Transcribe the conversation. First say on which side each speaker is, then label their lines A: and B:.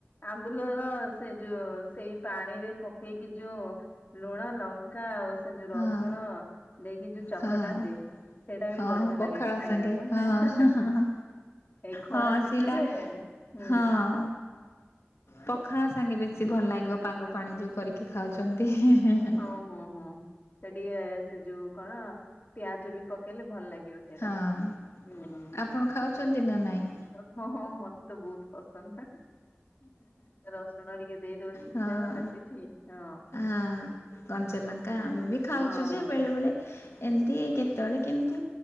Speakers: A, on the left; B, on the left.
A: ଆମ୍ବୁଲର ସେ ଯୋଉ ସେଇ ପାଣିରେ ପକେଇକି ଯୋଉ ଲୁଣ ଲ ଙ୍କା ଆଉ ସେ ଯୋଉ ରସୁଣ
B: ହଁ
A: ଦେଇକି ଯୋଉ ଚକଟାନ୍ତି।
B: ହଁ।
A: ସେଇଟା
B: ହଁ
A: ବି ବଢିଆ
B: ପଖାଳ
A: ଲାଗେ ଖାଇବାକୁ
B: ସାଙ୍ଗେ ହଁ
A: ନା ଆ
B: ହଁ ହଁ
A: ଏଇ ଖରା
B: ହଁ
A: ଦିନେ
B: ସେଇଟା
A: ହୁଁ।
B: ହଁ ପଖାଳ ସାଙ୍ଗେ ବେଶୀ ଭଲ ଲାଗିବ ପାଗ ପାଣି ଯୋଉ କରିକି ଖାଉଛନ୍ତି ହେ ହେ ହେ।
A: ହଁ ହଁ ହଁ ସେ ଟିକେ ସେ ଯୋଉ କଣ ପିଆଜ ବି ପକେଇଲେ ଭଲ ଲାଗିବ। ସେଇଟା
B: ହଁ
A: ହୁଁ।
B: ଆପଣ ଖାଉଛନ୍ତି ନା ନାଇଁ?
A: ହଁ ହଁ ମତେ ତ ବହୁତ ପସନ୍ଦ। ରସୁଣ ଟିକେ ଦେଇଦବ ଛେଚା
B: ହଁ
A: ବାଲା ସେଠି ହଁ
B: ହଁ। କଞ୍ଚାଲଙ୍କା ଆମେ ବି ଖାଉଛୁ
A: ହଁ
B: ଯେ ବେଳେବେଳେ ଏମିତି କେତେବେଳେ କେମିତି।